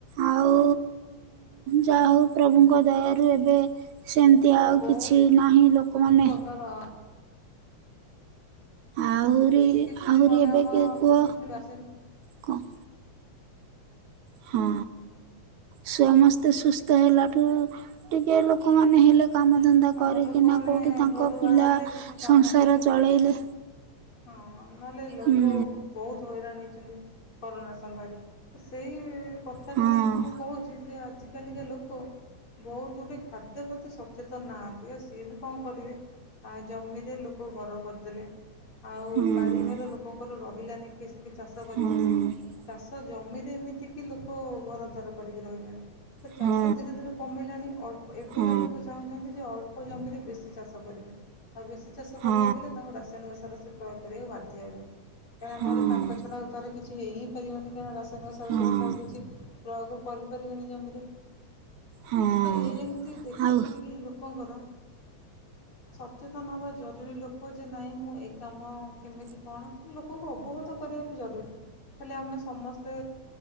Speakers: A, on the right (about 75°); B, on the left (about 45°).
A: ଆଉ ଯାହା ହଉ ପ୍ରଭୁଙ୍କ ଦୟାରୁ ଏବେ ସେମିତି
B: ତ
A: ଆଉ
B: ବହୁତ
A: କିଛି ନାହିଁ ଲୋକମାନେ
B: ପ୍ରକାର
A: ଆହୁରି
B: କିଛି ଦିନ
A: ଆହୁରି
B: ପରେ
A: ଏବେ
B: ଆମର
A: କିଏ କୁହ
B: କିଛି ବାସିନ
A: କ <inaudible> ହଁ ସମସ୍ତେ ସୁସ୍ଥ ହେଲାଠୁ ଟିକେ ଲୋକମାନେ ହେଲେ କାମଧନ୍ଦା
B: ହଁ
A: କରିକିନା
B: ଲୋକମାନେ
A: କୋଉଠି ତାଙ୍କ
B: ଘରୁ ବାହାରିଲେ
A: ପିଲା
B: କିଛି କାମ
A: ସଂସାର
B: କଲେ
A: ଚଳେଇଲେ
B: ହଁ ନହେଲେ ଲୋକ
A: ହୁଁ
B: ବହୁତ ହଇରାଣ ହେ। କରୋନା ସମୟରେ ତ ସେଇ କଥାକୁ
A: ହଁ
B: ନେଇକି ମୁଁ କହୁଛି ଯେ ଆଜି ଆଜି କାଲିକା ଲୋକ ବହୁତ ଗୁଡେ ଖାଦ୍ୟ ପ୍ରତି ସଚେତନ ତ ନାହାନ୍ତି ଆଉ ସିଏ ବି କଣ କରିବେ ଆ ଜମିରେ ଲୋକ ଘର କରିଦେଲେ ଆଉ
A: ହଁ
B: ବାରିଘରେ ଲୋକଙ୍କର ରହିଲାନି କିଛି କି ଚାଷ କରିବା
A: ହଁ
B: ପାଇଁ ଚାଷ ଜମିରେ ଏମିତିକି ଲୋକ ଘର ଦ୍ୱାର କରିକି ରହିଲେଣି ସେ ଚାଷ
A: ହଁ
B: ଧୀରେ ଧୀରେ କମିଲାଣି ଅଳ୍ପ ଏବେକା
A: ହଁ
B: ଲୋକ ଚାହୁଁ ଯେ ଅଳ୍ପ ଜମିରେ ବେଶୀ ଚାଷ କରିବେ। ଆଉ ବେଶୀ ଚାଷ କରିବାକୁ
A: ହଁ
B: ହେଲେ ତାଙ୍କୁ ରାସାୟନିକ ସାର ସବୁ ପ୍ରୟୋଗ କରିବାକୁ ବାଧ୍ୟ ହେବେ। କାରଣ
A: ହଁ
B: ନହେଲେ
A: ହଁ
B: ତାଙ୍କ ଛଡ଼ା ଆଉ ତାର କିଛି ହେଇଁ ହି ପାରିବନି ତାଙ୍କ ରାସ ତମର ସବୁ
A: ହଁ
B: ସବୁ ସରୁଚି ପ୍ରୟୋଗ କରିପାରିବେନି ଜମିରେ
A: ହଁ
B: ତ ଏ ଏମିତି ଦେଖିକି
A: ଆଉ
B: ଲୋକଙ୍କର ସଚେତନ ହେବା ଜରୁରୀ ଲୋକ ଯେ ନାଇଁ ମୁଁ ଏ କାମ କେମିତି କଣ ଲୋକଙ୍କୁ ଅବଗତ କରିବା ବି ଜରୁରୀ ଖାଲି ଆମେ ସମସ୍ତେ